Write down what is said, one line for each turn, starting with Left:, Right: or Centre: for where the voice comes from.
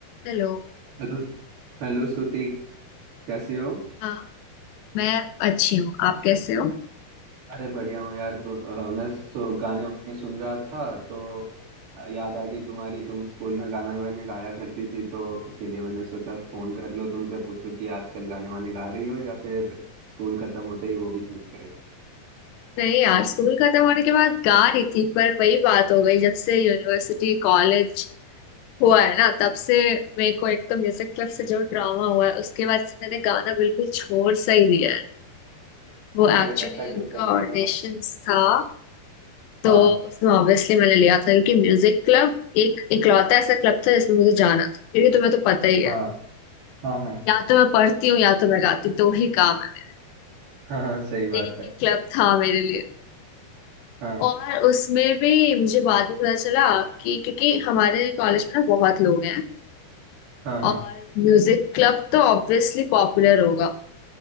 Left: Hello
Right: Hello Hello Shruti कैसी हो
Left: हाँ मैं अच्छी हूँ आप कैसे हो
Right: अरे बढ़िया हूँ यार तो अ, मैं सो, गाने वाने सुन रहा था तो अ, याद आ गई तुम्हारी तुम स्कूल में गाना वाने गाया करती थी तो इसीलिए मैंने सोचा फोन कर लो तुमसे पूछूं कि आजकल गाने वाने गा रही हो या फिर स्कूल खत्म होते ही वो भी छूट गए
Left: नहीं यार स्कूल खत्म होने के बाद गा रही थी पर वही बात हो गई जब से यूनिवर्सिटी कॉलेज हुआ है ना तब से मेरे को एक तो म्यूजिक क्लब से जो ड्रामा हुआ है उसके बाद से मैंने गाना बिल्कुल छोड़ सा ही दिया है वो एक्चुअली
Right: अरे ऐसा क्यों
Left: उनका
Right: कर रही
Left: ऑडिशंस
Right: हो
Left: था तो
Right: हाँ
Left: उसमें ऑब्वियसली मैंने लिया था क्योंकि म्यूजिक क्लब एक इकलौता ऐसा क्लब था जिसमें मुझे जाना था क्योंकि तुम्हें तो पता ही है
Right: हाँ हाँ हाँ
Left: या तो मैं पढ़ती हूँ या तो मैं गाती हूँ, दो ही काम है
Right: हाँ हाँ सही बात
Left: मेरे। एक
Right: है
Left: ही क्लब था मेरे लिए
Right: हाँ
Left: और उसमें भी मुझे बाद में पता चला कि क्योंकि हमारे कॉलेज में ना बहुत लोग हैं
Right: हाँ हाँ
Left: और म्यूजिक क्लब तो ऑब्वियसली पॉपुलर होगा